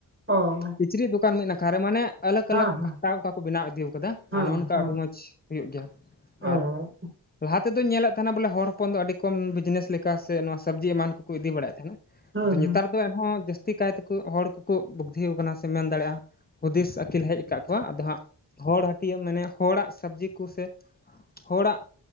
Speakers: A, on the right (about 30°); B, on the left (about 20°).
A: ᱚᱻ
B: ᱠᱤᱪᱨᱤᱡ ᱫᱚᱠᱟᱱ ᱢᱤᱫ ᱱᱟᱠᱷᱟᱨ ᱢᱟᱱᱮ ᱟᱞᱟᱜ
A: ᱦᱮᱸ
B: ᱟᱞᱟᱜ ᱯᱷᱟᱛᱟ ᱚᱱᱠᱟ ᱠᱚ ᱵᱮᱱᱟᱣ ᱤᱫᱤ ᱟᱠᱟᱫᱟ
A: ᱦᱮᱸ
B: ᱟᱨ ᱱᱚᱜ ᱱᱚᱝᱠᱟ
A: ᱦᱮᱸ
B: ᱟᱹᱰᱤ ᱢᱚᱸᱡᱽ ᱦᱩᱭᱩᱜ ᱜᱮᱭᱟ
A: ᱚ
B: ᱟᱨ ᱞᱟᱦᱟ ᱛᱮᱫᱚᱧ ᱧᱮᱞᱮᱫ ᱛᱟᱦᱮᱱᱟ ᱵᱚᱞᱮ ᱦᱚᱲ ᱦᱚᱯᱚᱱ ᱫᱚ ᱟᱹᱰᱤ ᱠᱚᱢ ᱵᱤᱡᱽᱱᱮᱥ ᱞᱮᱠᱟ ᱥᱮ ᱱᱚᱣᱟ ᱥᱚᱵᱽᱡᱤ ᱮᱢᱟᱱ ᱠᱚᱠᱚ ᱤᱫᱤ ᱵᱟᱲᱟᱭᱮᱫ ᱛᱟᱦᱮᱱᱟ᱾
A: ᱦᱩᱸ
B: ᱟᱫᱚ ᱱᱮᱛᱟᱨ
A: ᱦᱩᱸ
B: ᱫᱚ ᱮᱱᱦᱚᱸ ᱡᱟᱹᱥᱛᱤ ᱠᱟᱭᱛᱮ ᱠᱚ ᱦᱚᱲ ᱠᱚᱠᱚ ᱵᱩᱫᱽᱫᱷᱤ ᱠᱟᱱᱟ ᱥᱮ ᱢᱮᱱ ᱫᱟᱲᱮᱭᱟᱜᱼᱟ᱾ ᱦᱩᱫᱤᱥ ᱟᱹᱠᱤᱞ ᱦᱮᱡ ᱟᱠᱟᱫ ᱠᱚᱣᱟ ᱟᱫᱚ ᱦᱟᱸᱜ ᱦᱚᱲ ᱦᱟᱹᱴᱭᱟᱹ ᱢᱟᱱᱮ ᱦᱚᱲᱟᱜ ᱥᱚᱵᱽᱡᱤ ᱠᱚ ᱥᱮ ᱦᱚᱲᱟᱜ